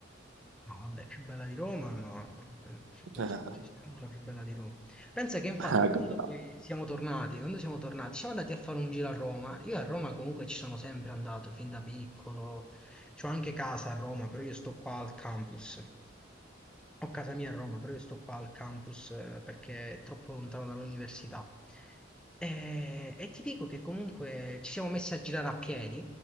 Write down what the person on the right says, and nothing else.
<laughs>
Ah, Ah,
capiamo.